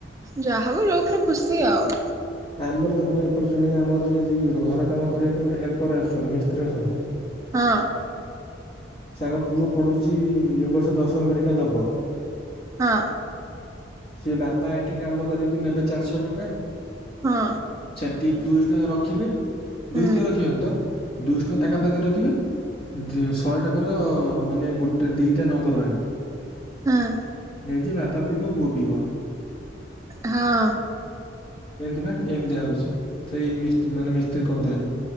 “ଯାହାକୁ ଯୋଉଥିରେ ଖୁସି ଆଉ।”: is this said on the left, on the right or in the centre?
Right